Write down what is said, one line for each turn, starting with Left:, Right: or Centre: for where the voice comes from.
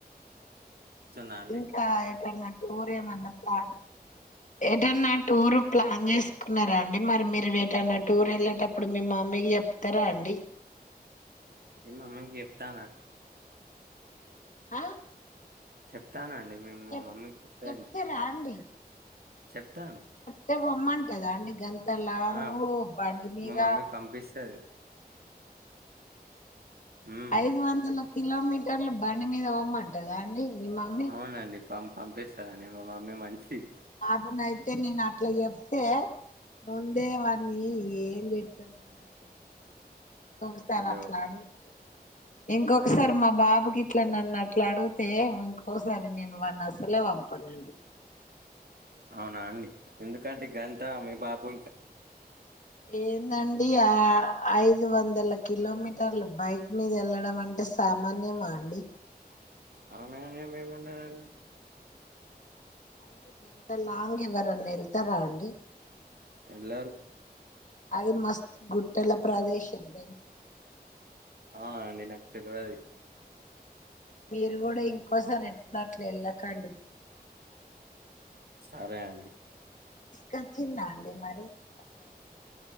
Right: చెప్తున్నా అండి
Left: ఇంకా ఎటన్న టూరె ఎమన్నా ప్లాన్ ఏటన్నా టూర్ ప్లాన్ చేసుకున్నారా అండి మరి మీరు ఏటన్నా టూర్ వెళ్ళేటప్పుడు మేము మీరు చెప్తారా అండి
Right: నేను మా అమ్మకు చెప్తా
Left: ఆ
Right: చెప్తానండి మేము
Left: చెప్
Right: మా మమ్మీకి చెప్పే
Left: చెప్తారా
Right: వెళ్దు
Left: అండి
Right: చెప్తాను
Left: అయితే బొమ్మంటదా అండి గంత లాగు
Right: ఆ
Left: బండి మీద
Right: మా మమ్మీ పంపిస్తది ఉమ్
Left: ఐదు గంటలకు కిలోమీటర్లు బండి మీద పోమ్మంటదా అండి మీ మమ్మీ
Right: అవునండి పం పంపిస్తదని మమ్మీ మంచిది
Left: అవునయితే నేను అట్లా చెప్తే ముందే వాన్నీ ఏం చేస్తుంటున్నాను ఇంకొకసారి
Right: హలో
Left: అట్లాడు మీరు ఇంకొకసారి మా బాబుకి ఇట్లా నన్ను అట్లా అడిగితే ఇంకోసారి నేను వాన్నీ అసలే పంపనండి
Right: అవునా అండి ఎందుకంటగంతా మీ బాబు
Left: ఏందండి ఆహ్ ఐదు. ఐదు వందల కిలోమీటర్లు బైక్ మీద వెళ్లడం అంటే సామాన్యమా అండి.
Right: ఆమే మేము ఏంమున్నామండి.
Left: అంటే గంత లాంగ్ ఎవరన్నా వెళ్తారా అండి.
Right: ఎల్లారు.
Left: అది మస్తు గుట్టల ప్రదేశం తెలుసా.
Right: ఆహ్ అండి నాకు తెలువది.
Left: మీరు కూడా ఇంకోసారి ఎట్లాంటేంట్లా వెళ్ళకండి.
Right: సరే అండి.
Left: నచ్చిందా అండి మరి అక్కడ.